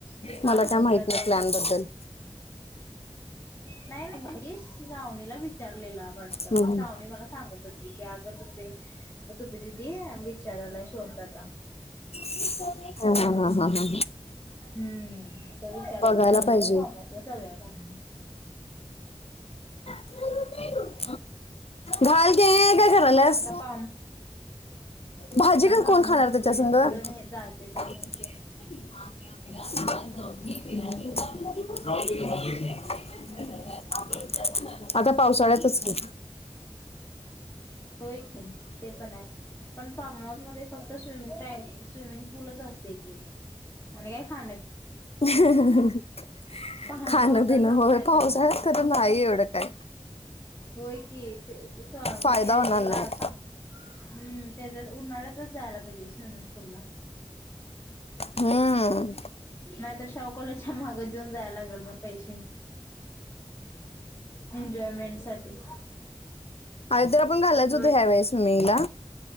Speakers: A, on the left; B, on the left.
A: ते फार्म
B: मला
A: हाऊस.
B: काय माहित
A: ला
B: नाही
A: जाऊया
B: प्लॅन बद्दल.
A: नाही नाही श्रावणी <unintelligible> विचारलेला वाटतं
B: हम्म.
A: मग श्रावणी मला सांगत होती की, अगं तुपे तुपे दिदि. विचारालाय शिवम दादा.
B: हा हा हा हा हा हा.
A: हम्म तर विचारत
B: बघायला
A: होता, वाटतं
B: पाहिजे
A: फार्म हाऊसला जाऊया काय म्हणून.
B: <unintelligible>
A: <unintelligible>
B: घाल ते एक काय करायल्यास.
A: आता फार्म
B: भाजी
A: आता
B: का
A: फार्म
B: कोण खाणार
A: हाऊस ला
B: त्याच्यासंग.
A: म्हटलं तर कुठं नाही जातोय काय
B: <unintelligible>
A: माहिती
B: <unintelligible> आता पावसाळ्यातच की.
A: होय की, ते पण आहे, पण फार्म हाऊस मध्ये फक्त स्विमिंग टाय. स्विमिंग पूलच असते की, आणि काय खा
B: ह ह ह ह अ.
A: पा
B: खाणं
A: पावसात
B: पिणं
A: जाऊन
B: होय
A: काय करणार
B: पाऊसाळ्यात तर नाही एवढं काय.
A: होय की तेच सा म्हणजे
B: फायदा होणार
A: ह्याला
B: नाही
A: पा हम् त्याच्या उन्हाळ्यात. जायला पाहिजे स्विमिंग पूल ला.
B: हम्म.
A: नाहीतर शाहू कॉलेजच्या माग देऊन जायला लागेल मग पैसे. एन्जॉयमेंट साठी.
B: त्याला पण घालायच
A: होय
B: होतो, ह्या वेळेस स्विमिंगला.